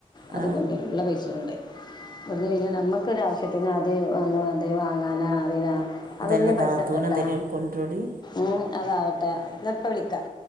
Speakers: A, on the left; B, on the right.
A: അതുകൊണ്ടരു
B: ആ
A: ള്ള പൈസഒണ്ട് അവിടുന്ന് പിന്നെ നമ്മുക്കരാവശ്യത്തിന് അത് വന്ന് വന്ന വാങ്ങാനവിനാ അപ്പൊ
B: അതല്ല
A: ഇഞ് പൈസ
B: നാത്തൂനെന്തെങ്കിലും
A: ഇട്ടട്ടാ
B: കൊണ്ടുവരൂ
A: ഉം അതാവട്ടെ ഞാപ്പ വിളിക്ക